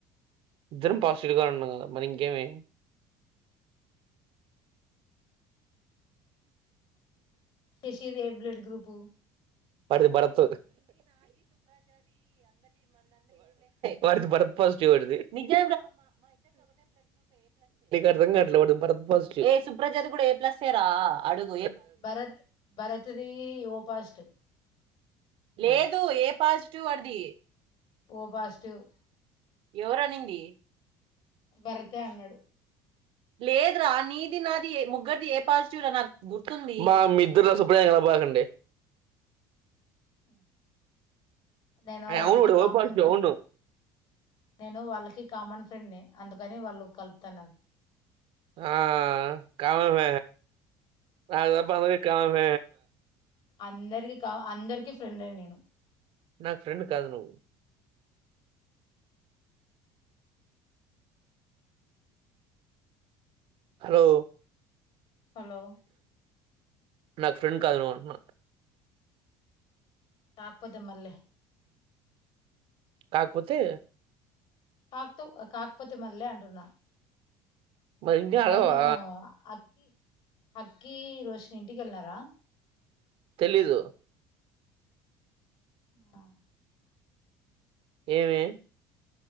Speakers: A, on the right (about 60°); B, on the left (about 60°).
A: ఇద్దరం పాజిటివ్ గానే ఉన్నాం గదా. మరి ఇంక్ ఏమై
B: శశిది ఏ బ్లడ్ గ్రూపూ.
A: వాడిది భరత్. వాడిది భరత్ పాజిటివ్ వాడిది. నీక్ అర్ధం కావట్లే వాడిది భరద్వాజ్ గ్రూప్ సుప్రజా ది కూడా ఏ ప్లస్సే రా. అడుగ్
B: భరత్ భరత్ది ఈ ఓ పాజిటివ్.
A: లేదూ ఏ పాజిటివ్ వాడిది.
B: O positive.
A: ఎవరనిందీ.
B: భరతే అన్నాడు.
A: లేదురా నీది నాది ఏ ముగ్గరిది ఏ పాజిటివ్ రా నాకు గుర్తుందీ. అబ్బా మీ ఇద్దరు అసల్ సప్పుడుదేక అరవ బాకండి.
B: ఆఓ నేను వాళ్ళకి
A: అవును వాడు
B: కామన్
A: ఓ పాజిటివ్
B: ఫె
A: అవును
B: నేను వాళ్ళకి కామన్ ఫ్రెండ్ ని అందుకని వాళ్ళు కలుపుతన్నారు
A: ఆ కామన్ ఆల్ అదప్ప అ కా వ
B: అందరికి కా అందరికి ఫ్రెండ్ అ నేను
A: నాకు ఫ్రెం కాదు ను్ హలో
B: హలో
A: నాకు ఫ్రెండ్ కాదు నువ్వు <unintelligible>
B: కాకపోతే మళ్ళీ
A: కాకపోతే
B: కక్తు కాకపోతే మాన్లే అంటన్నా
A: మరి ఇంకా అడగవా
B: అవును అక్కి అకి రోషని ఇంటిక వెళ్లారా
A: తెలీదు
B: ఆ
A: ఏమి